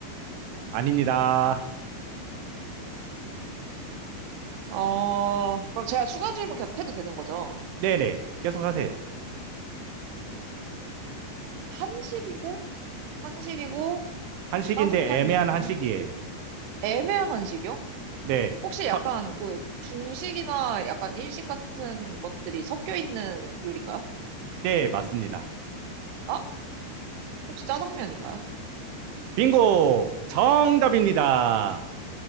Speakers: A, on the right; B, on the right.
A: 아닙니다.
B: 어, 그럼 제가 추가 질문 계속 해도 되는 거죠?
A: 네, 네, 계속 하세요.
B: 한식이고, 한식이고,
A: 한식인데
B: 따뜻한
A: 애매한
B: 요리고,
A: 한식이에요.
B: 애매한 한식이요?
A: 네,
B: 혹시 약간
A: 확,
B: 그 중식이나 약간 일식 같은 것들이 섞여 있는 요리인가요?
A: 네, 맞습니다.
B: 아, 혹시 짜장면인가요?
A: 빙고! 정답입니다.